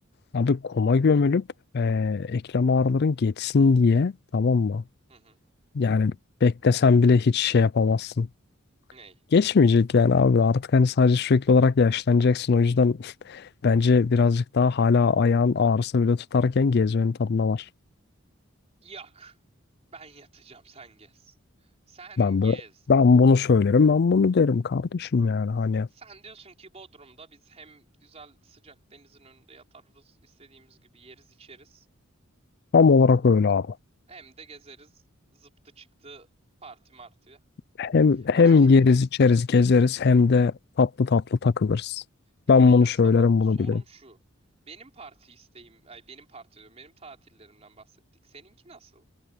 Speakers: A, on the left; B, on the right.
A: Abi kuma gömülüp eee, eklem ağrıların geçsin diye tamam mı?
B: Hı hı.
A: Yani beklesen bile hiç şey yapamazsın.
B: Ney?
A: Geçmeyecek yani abi artık hani sadece sürekli olarak yaşlanacaksın o yüzden <laughs> bence birazcık daha hala ayağın ağrısı bile tutarken gezmenin tadına var.
B: Yak. Ben yatacağım sen gez. Sen
A: Ben
B: gez.
A: böyle ben bunu söylerim ben bunu derim kardeşim yani hani
B: Sen diyorsun ki Bodrum'da biz hem güzel sıcak denizin önünde yatarız, istediğimiz gibi yeriz içeriz.
A: tam olarak öyle abi.
B: Hem de gezeriz zıptı çıktı parti martı.
A: Hem hem
B: Ay,
A: yeriz içeriz gezeriz hem de tatlı tatlı takılırız.
B: peki
A: Ben
B: benim
A: bunu söylerim
B: sana sorum
A: bunu bilirim.
B: şu. Benim parti isteğim, ay benim parti diyorum, benim tatillerimden bahsettik. Seninki nasıl?